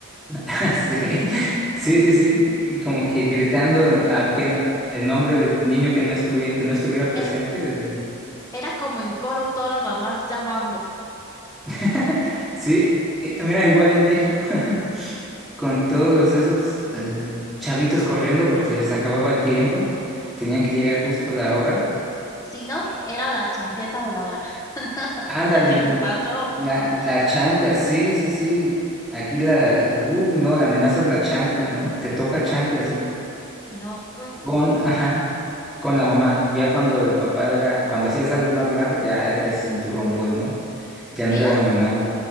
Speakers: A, in the centre; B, on the left (about 15°).
A: <laughs> Sí, sí, sí, sí, y como que gritando a que, el nombre del niño que no estuviera, que no estuviera presente.
B: Era,
A: de-
B: era como en coro todas las mamás llamando.
A: <laughs> Sí, eh, mira, igual en México, <laughs> con todos los esos eh, chavitos corriendo porque les acababa el tiempo, tenían que llegar justo a la hora.
B: Si no,
A: Y
B: era la chancleta voladora. <laughs>
A: ándale,
B: No sé si te pasó.
A: la,
B: <laughs>
A: la chancla, sí, sí, sí, aquí la, uy, no, la amenaza es la chancla, ¿no? Te toca chancla, sí.
B: Si no, mm.
A: Con, ajá. Con la mamá, ya cuando el papá era, cuando hacías algo más grave, ya era el cinturón, pues, ¿no? Ya
B: vieras
A: no era la mamá. la-